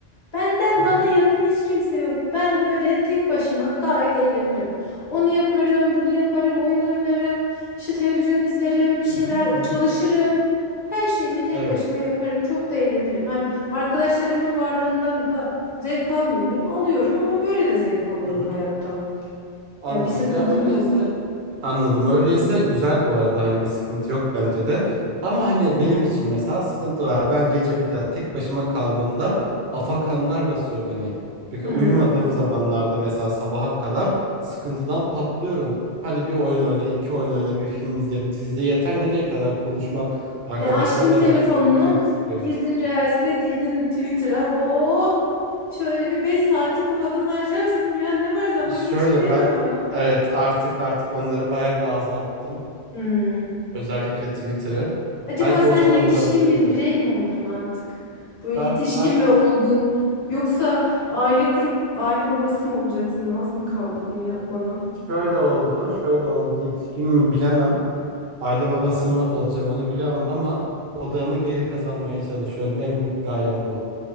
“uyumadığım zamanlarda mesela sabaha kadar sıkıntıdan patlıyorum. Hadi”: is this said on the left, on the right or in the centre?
Right